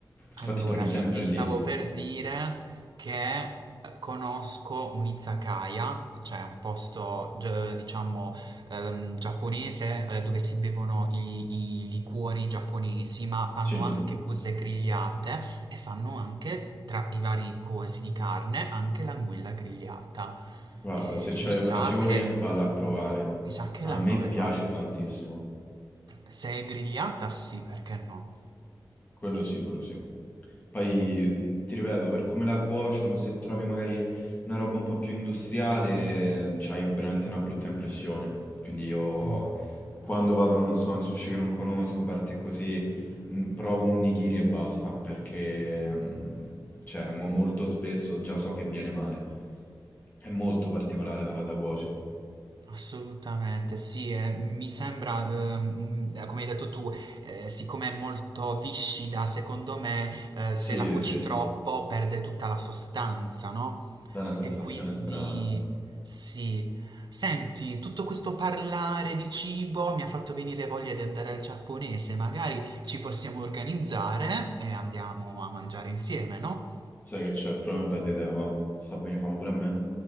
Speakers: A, on the left; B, on the right.
A: Infatti
B: Allora,
A: torno sempre
B: io ti
A: lì.
B: stavo per dire che eh, conosco un izakaya, cioè un posto, gi- diciamo, ehm, giapponese eh, dove si bevono i, i liquori giapponesi, ma fanno
A: Sì,
B: anche cose grigliate e fanno anche, tra i vari cosi di carne, anche l'anguilla grigliata.
A: guarda,
B: Eh,
A: se c'hai
B: mi
A: occasione,
B: sa che,
A: valla a provare.
B: mi sa che
A: A
B: la
A: me
B: proverò.
A: piace tantissimo.
B: Se è grigliata, sì, perché no?
A: Quello sì, quello sì. Poi, mhmm, ti ripeto, per come la cuociono, se trovi magari una roba un po' più industriale, mhmm, c'hai veramente una brutta impressione. Quindi io
B: Mm.
A: quando vado, non so, in sushi che non conosco, parti così, mhmm, provo un nigiri e basta, perché, mhmm, cioè mo molto spesso già so che viene male. È molto particolare da fa da cuoce
B: Assolutamente, sì, eh, mi sembra, ehm, mm, eh, come hai detto tu, eh, siccome è molto viscida, secondo me, eh,
A: Sì,
B: se la cuoci
A: sì,
B: troppo perde tutta la sostanza, no?
A: dà una sensazione
B: E quindi,
A: strana.
B: sì. Senti, tutto questo parlare di cibo mi ha fatto venire voglia di andare al giapponese, magari ci possiamo organizzare e andiamo a mangiare insieme, no?
A: Sai che c'è? Proprio una bella idea, va. Sta a venì fame pure a me.